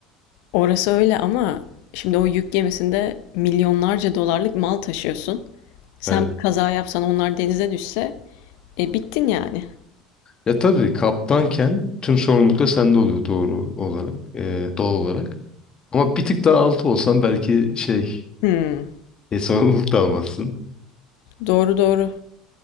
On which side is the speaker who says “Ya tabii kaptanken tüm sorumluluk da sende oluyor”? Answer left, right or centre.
Left